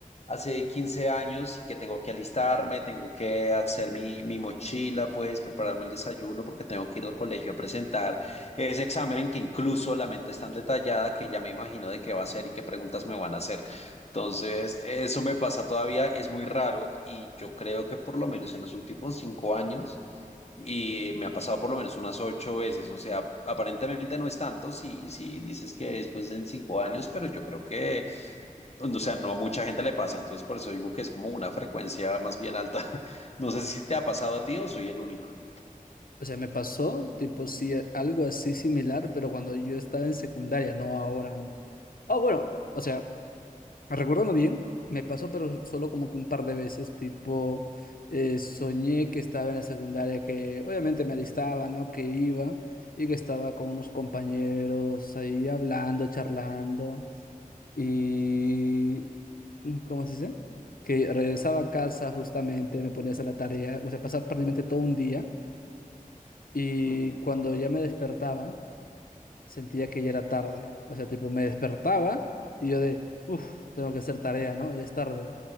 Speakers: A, on the left; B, on the left.
A: hace 15 años y que tengo que alistarme, tengo que hacer mi, mi mochila, pues prepararme el desayuno porque tengo que ir al colegio a presentar ese examen que incluso la mente es tan detallada que ya me imagino de qué va a ser y qué preguntas me van a hacer. Entonces, eso me pasa todavía, es muy raro y yo creo que por lo menos en los últimos cinco años y me ha pasado por lo menos unas ocho veces, o sea, aparentemente no es tanto si, si dices que después en cinco años, pero yo creo que, o sea, no a mucha gente le pasa, entonces por eso digo que es como una frecuencia más bien alta. <laughs> No sé si te ha pasado a ti o soy el único.
B: O sea, me pasó, tipo, sí, a- algo así similar, pero cuando yo estaba en secundaria, no ahora. Ah, bueno, o sea, recordando bien, me pasó, pero solo como que un par de veces, tipo, eh, soñé que estaba en la secundaria, que obviamente me alistaba, ¿no? Que iba y que estaba con unos compañeros ahí hablando, charlando. Y, mm, ¿cómo se dice? Que regresaba a casa justamente, me ponía a hacer la tarea, o sea, pasaba prácticamente todo un día. Y
A: Ujú.
B: cuando ya me despertaba, sentía que ya era tarde. O sea, tipo, me despertaba y yo de, uff, tengo que hacer tarea, ¿no? Ya es tarde.